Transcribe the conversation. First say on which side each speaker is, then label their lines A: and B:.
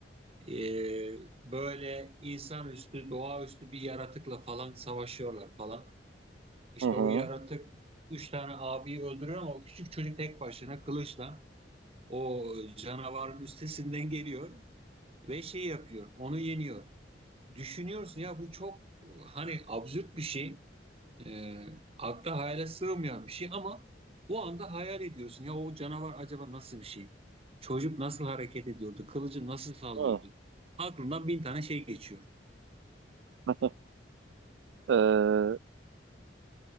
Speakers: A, on the right; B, on the right.
A: e, böyle insanüstü, doğaüstü bir yaratıkla falan savaşıyorlar falan. İşte
B: Hı hı.
A: o yaratık üç tane abiyi öldürüyor ama o küçük çocuk tek başına kılıçla o canavarın üstesinden geliyor ve şey yapıyor, onu yeniyor. Düşünüyorsun ya bu çok hani absürt bir şey, e, akla hayale sığmayan bir şey ama o anda hayal ediyorsun ya o canavar acaba nasıl bir şey? Çocuk nasıl hareket ediyordu? Kılıcı nasıl sallıyordu?
B: Hı.
A: Aklından bin tane şey geçiyor.
B: <laughs> Ee,